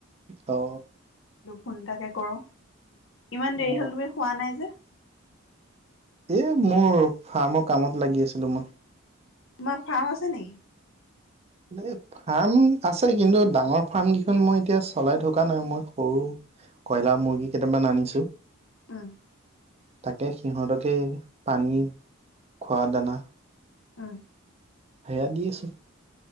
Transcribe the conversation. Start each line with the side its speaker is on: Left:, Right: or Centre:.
Right: অ।
Left: ফোনটাকে কৰো, ইমান দেৰি
Right: অ
Left: হ'ল তুমি শুৱা নাই যে?
Right: এ মোৰ ফাৰ্মৰ কামত লাগি আছিলো মই।
Left: তোমাৰ ফাৰ্ম আছে নেকি?
Right: এ ফাৰ্ম আছে কিন্তু ডাঙৰ ফাৰ্ম কেইখন মই এতিয়া চলাই থকা নাই, মই সৰু কয়লা মুৰ্গী কেইটামান আনিছো।
Left: উম।
Right: তাকে সিহঁতকে পানী, খোৱা দানা
Left: উম।
Right: সেয়া দি আছো।